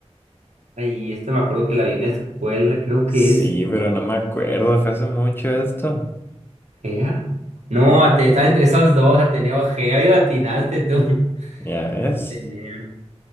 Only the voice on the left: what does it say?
Sí,
pero no me acuerdo, fue hace mucho esto.
Ya ves.